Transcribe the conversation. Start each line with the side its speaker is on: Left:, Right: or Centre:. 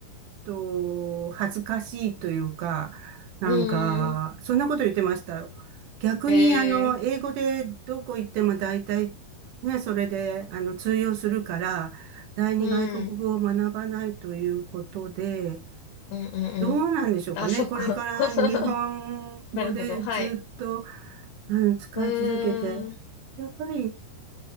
Right: と、恥ずかしいというか、なんか、
Left: うん。
Right: そんなこと言ってました逆に、
Left: ええ
Right: あの、英語でどこ行っても大体、ね、それで、あの、通用するから、第二外国語を学ばないということで、
Left: うん、うん、うん、うん。
Right: どうなんでしょうかね。
Left: あ、そっか。
Right: これから日本語でずっと、
Left: <laughs> なるほど。はい。
Right: あの、使い続けて、
Left: うーん、
Right: やっぱり、